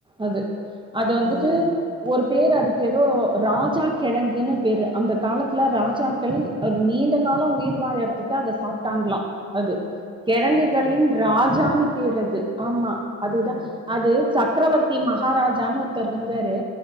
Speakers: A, on the right; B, on the left.
A: அது அது வந்துட்டு
B: ம்
A: ஒரு பேரு அதுக்கேதோ ராஜாக்கிழங்குன்னு பேரு அந்த காலத் துல ராஜாக்கள் ஒரு நீண்ட காலம் உயிர் வாழற்துக்கு அத சாப்ட்டாங்களாம் அது கெழங்குகளின்
B: அப்டியா
A: ராஜானு பேரது ஆமா அதுதா
B: ஓ
A: அது சக்கரவர் த்தி மகாராஜான்னு ஒருத்தர் ருந்தாரு